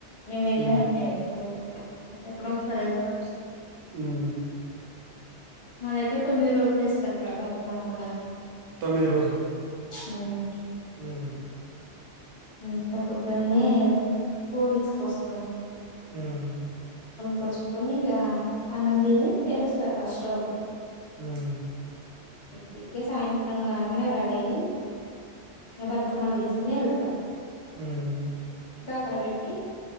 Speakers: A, on the left; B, on the right.
A: మేము వెళ్ళా
B: హ్మ్.
A: ఎప్పుడు ఓస్తే ఎప్పుడొ ఒకసారి వెళ్తాం
B: ఉమ్
A: మా దగ్గర తొమ్మిద్ రోజు చేస్తర్ బత్ కమ్మ పండగ
B: ఎన్ మ్మిద్ రోజులు
A: ఉమ్
B: ఉమ్
A: ఉమ్ ఇంగ పొద్దున్నే పూల్ దీస్ కొస్తమ్
B: ఉమ్
A: కొచ్ పోని ఇగ ఆ అన్నం దిని పేరుస్తర్ ఫస్ట్ రోజు
B: ఉమ్
A: టియిగ సాయంత్రమ్ కాంగానే రడయి ఇగ బత్ కమ్మల్ దిస్ కునే ఎల్ తమ్
B: ఉమ్
A: అక్కడ వేట్టి